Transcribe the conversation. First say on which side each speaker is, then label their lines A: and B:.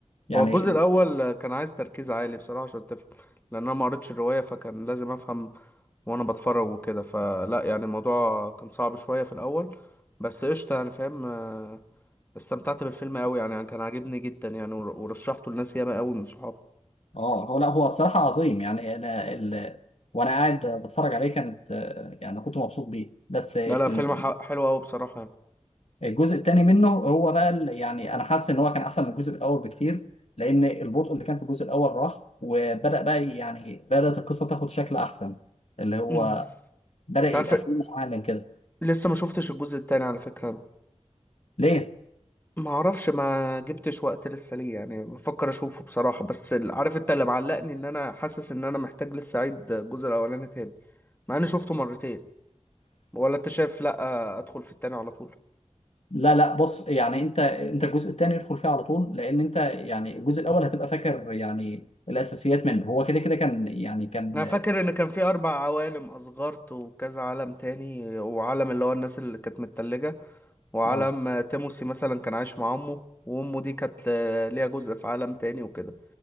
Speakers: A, on the left (about 60°); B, on the left (about 15°).
A: يعني
B: هو الجزء الاول كان عايز تركيز عالي بصراحة عشان تفهم لان انا ما قريتش الرواية فكان لازم افهم وانا بتفرج وكده فلا يعني الموضوع كان صعب شوية في الاول بس قشطة يعني فاهم آه، استمتعت بالفيلم قوي يعني, يعني كان عاجبني جدا يعني ور- ورشحته لناس ياما قوي من صحابي
A: اه هو لا هو بصراحة عظيم يعني انا ال... وانا قاعد بتفرج عليه كانت آه، يعني كنت مبسوط بيه بس آه،
B: لا لا
A: ال-
B: فيلم ح- حلو قوي بصراحة يعني
A: الجزء الثاني منه هو بقى ال- يعني انا حاسس ان هو كان احسن من الجزء الاول بكتير لان البطء اللي كان في الجزء الاول راح وبدأ بقى يعني بدأت القصة تاخد شكل احسن اللي هو
B: مم.
A: بدأ
B: انت
A: يبقى
B: عارف
A: فيه معالم كده
B: لسه ما شفتش الجزء التاني على فكرة انا
A: ليه؟
B: ما اعرفش ما جبتش وقت لسه ليه يعني بفكر اشوفه بصراحة بس ال- عارف انت اللي معلقني ان انا حاسس ان انا محتاج لسه اعيد الجزء الاولاني تاني مع اني شفته مرتين ولا انت شايف لا آه، ادخل في التاني على طول
A: لا لا بص يعني انت انت الجزء الثاني ادخل فيه على طول لان انت يعني الجزء الاول هتبقى فاكر يعني الاساسيات منه هو كده كده كان يعني كان
B: انا فاكر ان كان في اربع عوالم اسغارت وكذا عالم تاني وعالم اللي هو الناس اللي كانت متلجة وعالم
A: اه
B: آه، تيموسي مثلا كان عايش مع امه وامه دي كانت آه، ليها جزء في عالم تاني وكده